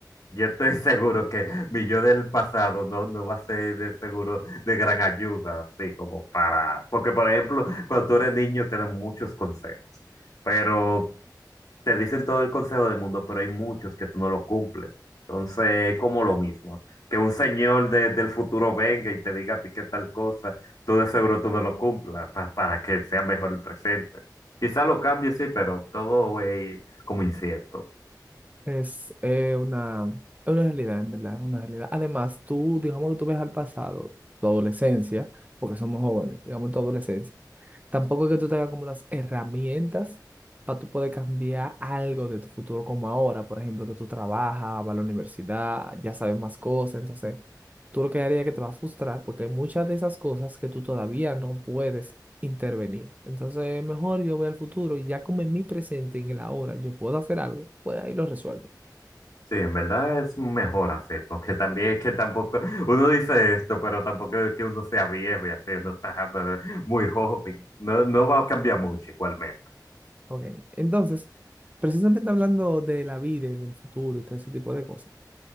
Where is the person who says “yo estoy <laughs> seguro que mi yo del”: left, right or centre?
Left